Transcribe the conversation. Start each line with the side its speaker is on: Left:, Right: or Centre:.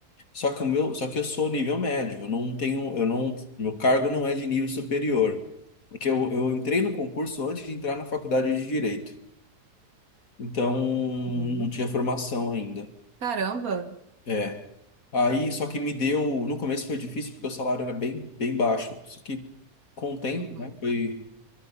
Left: Só que o meu, só que eu sou nível médio, eu não tenho, eu não, meu cargo não é de nível superior. Porque eu, eu entrei no concurso antes de entrar na faculdade de Direito. Então,
Right: Uhum.
Left: não tinha formação ainda.
Right: Caramba!
Left: É. Aí, só que me deu, no começo foi difícil porque o salário era bem, bem baixo. Só que com o tempo,
Right: Uhum.
Left: né, foi